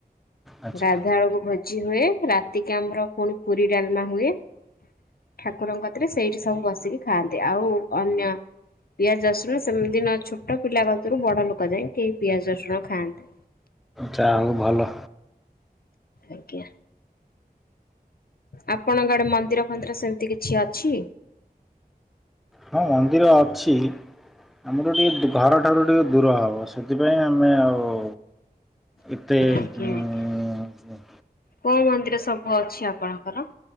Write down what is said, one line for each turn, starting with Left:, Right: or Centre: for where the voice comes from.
Centre: ଆଚ୍ଛା
Left: ଗାଧୁଆ ବେଳେକୁ ଭୋଜି ଭୋଜି ହୁଏ ରାତିକି ଆମର ପୁଣି ପୁରୀ ଡାଲମା ହୁଏ। ଠାକୁରଙ୍କ କତିରେ ସେଇଠି ସବୁ ବସିକି ଖାଆନ୍ତି। ଆଉ ଅନ୍ୟ ପିଆଜ ରସୁଣ ସେମିତି ନ ଛୋଟ ପିଲା କତିରୁ ବଡ ଲୋକ ଯାଇ କେହି ପିଆଜ ରସୁଣ ଖାଆନ୍ତେନି।
Centre: ଯା ହଉ ଭଲ।
Left: ଆଜ୍ଞା ଆପଣଙ୍କ ଆଡେ ମନ୍ଦିର ଫନ୍ଦିର ସେମିତି କିଛି ଅଛି?
Centre: ହଁ ମନ୍ଦିର ଅଛି ଆମର ଟିକେ ଘରଠାରୁ ଟିକେ ଦୂର ହବ। ସେଥିପାଇଁ ଆମେ ଆଉ ଏତେ
Left: ଆଜ୍ଞା
Centre: ହୁଁ ହୁଁ
Left: ଆଜ୍ଞା। କୋଉ ମନ୍ଦିର ସବୁ ଅଛି ଆପଣଙ୍କର?